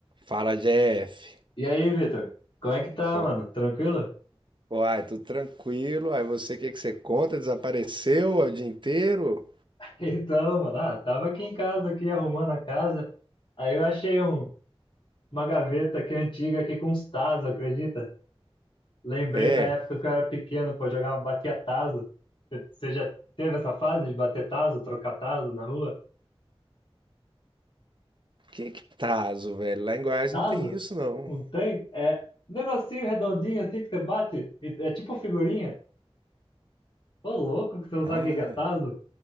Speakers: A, on the right (about 50°); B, on the left (about 50°).
A: Fala, Jeff.
B: E aí, Vitor? Como é que tá,
A: Co-
B: mano? Tranquilo?
A: Uai, tudo tranquilo? Aí você, o que que você conta? Desapareceu o dia inteiro?
B: <laughs> Então, mano, ah, tava aqui em casa, aqui arrumando a casa. Aí eu achei um, uma gaveta aqui antiga aqui com uns tazos, acredita? Lembrei
A: É.
B: da época que eu era pequeno, pô, jogava, batia tazo. Você já teve essa fase de bater tazo, trocar tazo na rua?
A: Que que tazo, velho? Lá em Goiás
B: Tazo?
A: não tem isso, não.
B: Não tem? É um negocinho redondinho assim que você bate? e- É tipo figurinha? Ô, louco que você não
A: Ah,
B: sabe o que que é tazo?